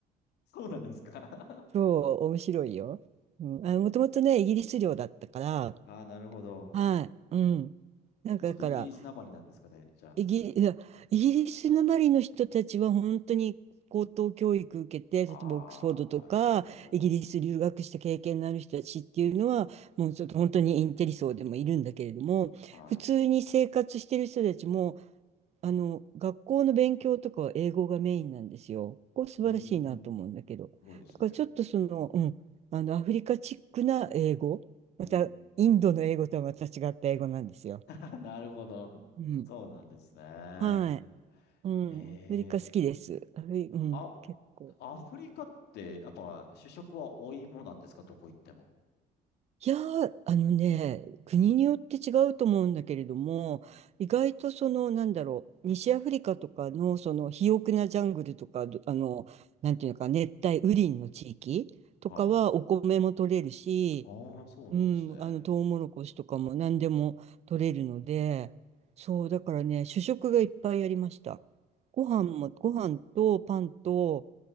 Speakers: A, on the left; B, on the right.
A: <laughs> そうなんですか <laughs>
B: そう、面白いよ。うん、あの、もともとね、イギリス領だったから、
A: あー、なるほど。
B: はい、うん。なんかだから、
A: じゃあちょっとイギリスなまりなんですかね、じゃ
B: イギリ、いやイギリスなまりの人たちは本当に高等教育受けて、
A: あ。
B: 例えばオックスフォードとか、
A: ああ、なるほど。
B: イギリス留学した経験のある人たちっていうのは、もうちょっと本当にインテリ層でもいるんだけれども、
A: は
B: 普通に生活してる人たちも、あの、学校の勉強とかは英語がメインなんですよ。ここ素晴らしいなと思うんだけど。
A: い。うーん。すごいですね。
B: だからちょっとその、うん、あの、アフリカチックな英語、
A: うん。
B: また、インドの英語とはまた違った英語なんですよ。
A: <laughs> なるほど。
B: うん。
A: そうなんですね。
B: はい。うん、
A: ええ
B: アフリカ好きです。アフリ、うん、
A: あ、
B: 結構。
A: アフリカって、やっぱ主食はお芋なんですかどこ行っても。
B: いやー、あのね、国によって違うと思うんだけれども、
A: うん
B: 意外とその、なんだろう、西アフリカとかの、その、肥沃なジャングルとか、どあの、なんていうのか、熱帯雨林の地域とかは、
A: はい。
B: お米も取れるし、
A: ああ、そうなんですね。
B: うん、あの、トウモロコシとかも何でも取れるので、そう、だからね、主食がいっぱいありました。ご飯も、ご飯とパンと、